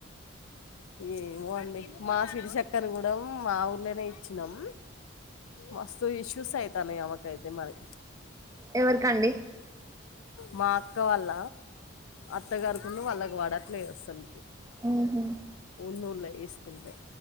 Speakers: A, on the left; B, on the right.
A: ఏమోఅండి మా శిరిషక్కని కూడా మా ఊర్లోనే ఇచ్చినం మస్తు ఇష్యూస్ అయితనై ఆమెక్ అయితే మరి
B: ఎవరికండి
A: మా అక్క వాళ్ళ అత్తగారు అవును వాళ్ళకు పడట్లేదు అస్సలు
B: ఆ హ
A: ఉన్నోళ ఏస్కుంటే